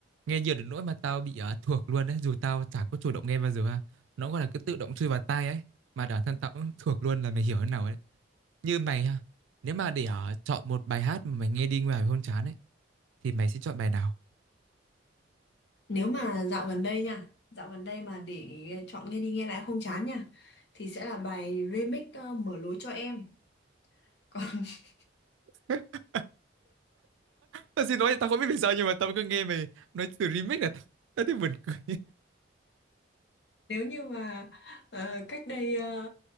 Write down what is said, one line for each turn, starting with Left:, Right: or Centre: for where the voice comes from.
Right: nghe nhiều đến nỗi mà tao bị ờ, thuộc luôn đấy dù tao chả có chủ động nghe bao giờ ha nó gọi là cứ tự động chui vào tai ấy mà bản thân tao cũng thuộc luôn là mày hiểu thế nào ấy như mày ha nếu mà để ờ, chọn một bài hát mà mày nghe đi ngoài hôn chán ấy thì mày sẽ chọn bài nào
Left: Nếu mà dạo gần đây nha, dạo gần đây mà để chọn nghe đi nghe lại không chán nha, thì sẽ là bài remix ờ, Mở lối cho em. Còn <laughs>
Right: <laughs> tao xin lỗi tao không biết vì sao nhưng mà tao cứ nghe mày nói từ remix là tao, tao thấy buồn cười
Left: nếu như mà ờ, cách đây ờ,